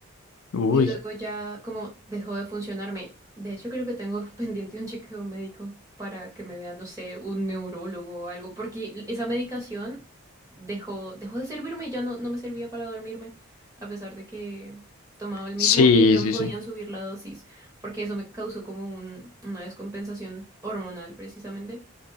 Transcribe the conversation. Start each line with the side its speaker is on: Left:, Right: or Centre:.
Left: Uy,
Right: Y luego ya como dejó de funcionarme. De hecho, creo que tengo <laughs> pendiente un chequeo médico para que me vea, no sé, un neurólogo o algo, porque esa medicación dejó, dejó de servirme y ya no, no me servía para dormirme, a pesar de que tomaba el mismo
Left: sí,
Right: y no
Left: sí,
Right: me podían
Left: sí,
Right: subir la dosis, porque eso me causó como un- una descompensación hormonal precisamente.